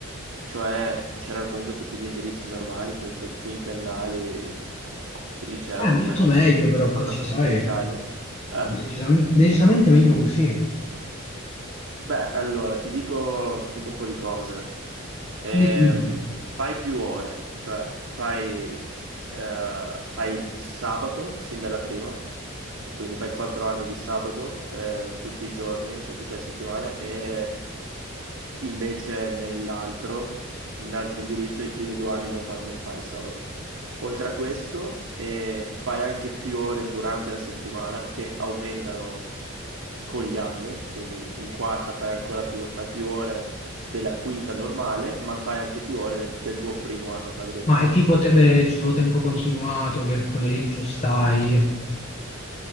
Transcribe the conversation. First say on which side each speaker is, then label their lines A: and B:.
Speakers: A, on the right; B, on the left.
A: cioè c'erano comunque tutti gli indirizzi normali, quinqu- quinquennali del liceo
B: Eh,
A: come
B: molto meglio però
A: ci sono
B: così,
A: dappertutto
B: sai?
A: in Italia. Eh?
B: Decisamente, decisamente meglio così.
A: Beh, allora ti dico, ti dico un po' di cose. Ehm,
B: Dimmi, dimmi.
A: fai più ore, cioè fai, eh, fai il sabato sin dalla prima, quindi fai quattro anni di sabato eh, tutti i giorni, cioè tutte le settimane, e invece nell'altro, nell'altro indirizzo, i primi due anni non fa- non fai il sabato. Oltre a questo, eh, fai anche più ore durante la settimana che aumentano con gli anni, quindi in quarta fai ancora più, fai più ore della quinta normale, ma fai anche più ore del, del tuo primo anno quadriennale.
B: Ma è tipo, te- tipo tempo continuato che il pomeriggio stai?